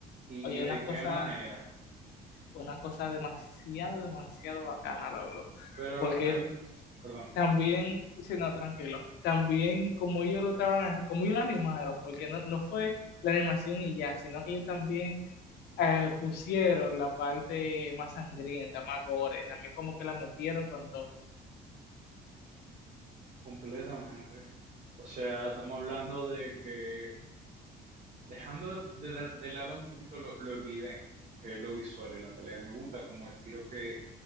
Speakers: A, on the right; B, on the left.
A: ¿Y
B: Oye,
A: de
B: una cosa,
A: qué manera?
B: una cosa demasiado, demasiado bacana, loco.
A: Pero
B: Porque
A: real, perdón,
B: también, si no, tranquilo, también como ellos lo estaban, como ellos lo animaron, porque no, no fue la animación y ya, sino que ellos también eh, pusieron la parte más sangrienta, más gore, también como que la metieron con todo.
A: completamente. O sea, estamos hablando de que, dejando de, de- de lado un poquito lo, lo evidente, que es lo visual y la pelea, me gusta como el giro que,